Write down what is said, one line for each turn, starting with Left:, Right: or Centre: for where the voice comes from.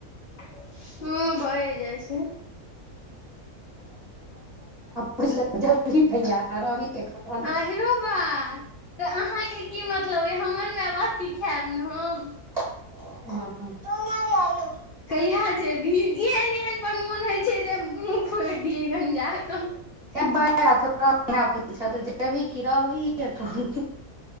Left: हँ भेर जाइ छै
Right: पुछिे जरी खैया रबीके <inaudible>
Left: आ हरो बा त अहाँके की मतलब हमर माय बाप की खायब ने हम
Right: हा
Left: कहिया जेबी एहन एहन पर मोन होइ छै जे मुह दिय गन जाकऽ
Right: तो प <inaudible> जेबही किी रहबही तहन